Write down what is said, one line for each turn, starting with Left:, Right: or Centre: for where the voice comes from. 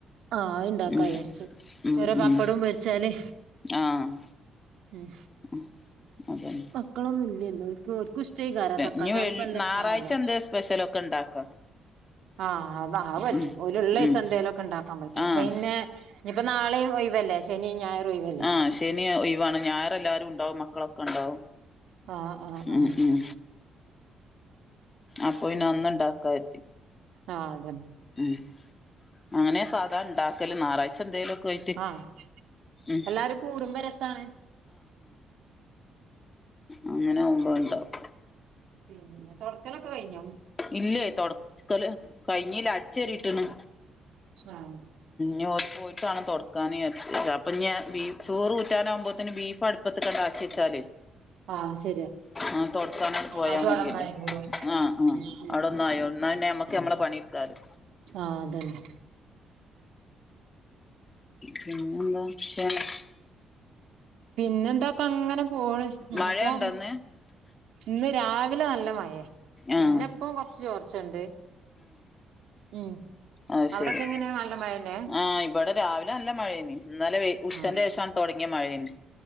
Right: ആഹ് ണ്ടാക്കായാര്ച്
Left: ഉം ഉം
Right: ഒരു
Left: ഉം
Right: പപ്പടും പൊ രിച്ചാലേ
Left: ആഹ്
Right: ഉം
Left: അഹ് അതെന്ന
Right: മക്കളൊന്നുല്ലല്ലോ കോര്ക്കുഷ്ട്ടെയ്കാരം തക്കാളി
Left: ഇനി
Right: താളിപ്പല്ലഷ്ടണല്ലോ
Left: വെള്ളി ഞായറാഴ്ച എന്തേ സ്പെഷ്യലൊക്കെ ഇണ്ടാക്കാം
Right: ആഹ് ആതാഹൊറ്റു
Left: ഉം
Right: ഓലുള്ളയ്സ
Left: ഉം
Right: എന്തേലൊക്കെ ണ്ടാക്കാൻ പറ്റും
Left: ആഹ്
Right: പിന്നെ ഇനിയിപ്പ നാളെയും ഒയ് വല്ലേ സ് ശനി ഞായറു ഓയ്‌വല്ലേ
Left: ആഹ് ശനി ഒയ് വാണ് ഞായറല്ലാരും ഉണ്ടാവും മക്കളൊക്കെ ഉണ്ടാവും
Right: ആഹ് ആഹ് ആഹ്
Left: ഉം ഉം അപ്പൊ പിനെ അന്നുണ്ടാക്കാര്തി
Right: ആഹ് അതന്നെ
Left: ഉം അങ്ങനെ സാധാണ്ടാക്കല് ഞായറാഴ്ച എന്തേലും ഒക്കെ ആയിട്ട്
Right: ആഹ്
Left: ഉം
Right: എല്ലാരും കൂടുമ്പോ രസാണ്
Left: അങ്ങനാഉമ്പോ അഹ് ണ്ടാവും
Right: പിന്നെ തൊഡ്ക്കലൊക്കെ കഴിഞൊ
Left: ഇല്ലേ തുൊടക്കല് കൈഞ്ഞയില് അടിച്ചരിയിട്ടണ്
Right: ആഹ്
Left: ഞ് ഓൽക് മാണം തൊടക്കാൻ <unintelligible> അപ്പ ഞാ ബഫ് ചോറ് ഉറ്റാനാവകുമ്പോത്തന് ബീഫ് അടുപ്പത്ത് ക് ആക്കി വെച്ചാല്
Right: ആഹ് ശരിയാ
Left: ആ തൊടചാണ്ടി ആണ് പോയാ
Right: അത്
Left: മതിയല്ലേ
Right: അവിടെ നന്നായിക്കോളും
Left: ആഹ് ആഹ
Right: ഉം ഉം
Left: അവിടെ ഒന്നായോ ന്നാ പിന്നെ നമ്മക്ക് നമ്മളെ പണിടുകാലൊ
Right: ആഹ് അതന്നെ
Left: പിന്നെ എന്താ <unintelligible>
Right: പിന്നെന്തൊക്കെ അങ്ങനെ പോണ് ഇനിയിപ്പോ
Left: മഴയുണ്ടോന്ന്
Right: ഇന്ന് രാവിലെ നല്ല മഴേ
Left: ആഹ്
Right: പിന്നെ ഇപ്പ കൊറച്ച് ചോർച്ചണ്ട് ഉം
Left: അ
Right: അവിടൊക്കെ
Left: ശരി
Right: എങ്ങനെ നല്ല മഴന്നെ
Left: ആ് ഇവിടെ രാവിലെ നല്ല മഴെ നി എന്നലെ ഉചന്റെ
Right: ആഹ്
Left: ശേഷം തുടങ്ങിയ മഴേനി